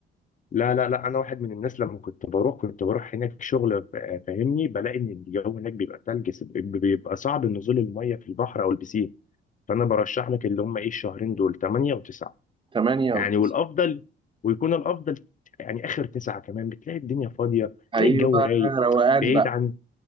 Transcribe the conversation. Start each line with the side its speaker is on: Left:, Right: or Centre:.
Left: لا لا لا انا واحد من الناس لما كنت بروح كنت بروح هناك شغل فا- فاهمني بلاقي ان الجو هناك بيبقى ثلج س- بيبقى صعب نزول الميه في البحر او البسين فانا برشح لك اللي هم ايه الشهرين دول 8 و9
Right: 8
Left: يعني
Right: و9
Left: والافضل ويكون الافضل يعني اخر 9 كمان بتلاقي الدنيا فاضيه
Right: أيوه
Left: تلاقي الجو رايق
Right: روقان
Left: بعيد
Right: بقى
Left: عن